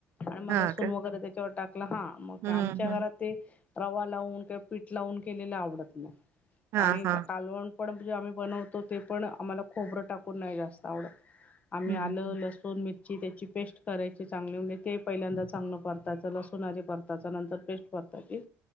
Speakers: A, on the left (about 30°); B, on the right (about 60°).
A: आणि म
B: हा
A: लसून
B: का
A: वगैरे त्याच्यावर टाकलं हा मग
B: हम्म
A: आमच्या
B: हम्म
A: घरात ते- रवा लावून किंवा पीठ लावून केलेलं आवडत नाही
B: हा
A: आणि
B: हा.
A: कालवण- परंतु जे आम्ही बनवतो ते पण आम्हाला खोबरं टाकून नाही जास्त आम्ही
B: हं,
A: आलं, लसूण- दोन मिरची त्याची पेस्ट करायची चांगली म्हणजे ते पहिल्यांदा चांगलं परतायचं लसून आले परतायचं नंतर पेस्ट- परतायची